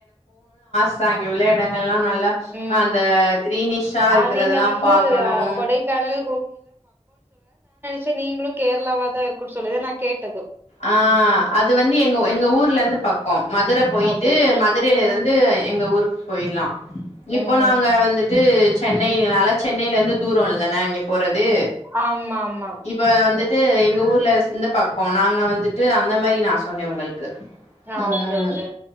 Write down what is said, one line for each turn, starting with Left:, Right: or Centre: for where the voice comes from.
Left: ச அங்க உள்ள இடங்கள் எல்லாம் நல்லா
Right: ம்
Left: அந்த கிரீனிஷா இருக்கறதெல்லாம்
Right: ஆ நீங்க வந்து
Left: பாக்கணும்
Right: அ கொடைக்கானல், சேன் நீங்களும் கேரளாவா தான் இருக்குன்னு சொல்லுது நான் கேட்
Left: ஆ அது வந்து எங்க எங்க ஊர்ல இருந்து பக்கோம் மதுரை போயிட்டு
Right: ஓகே
Left: மதுரையில
Right: ம்
Left: இருந்து எங்க ஊருக்கு போயிடலாம் இப்போ
Right: ம்
Left: நாங்க வந்துட் து சென்னைனால சென்னை இருந்து தூரம்ல நான் இங்கே போற து
Right: ஆமா ஆமா
Left: இப்ப வந்துட்டு
Right: ம்
Left: எங்க ஊர்ல இந்த பக்கம் நாங் க வந்துட்டு அந்த மாரி நான் சொன்னேன் உங்களுக் கு
Right: ஆ
Left: ம்
Right: ஓகே ஓகே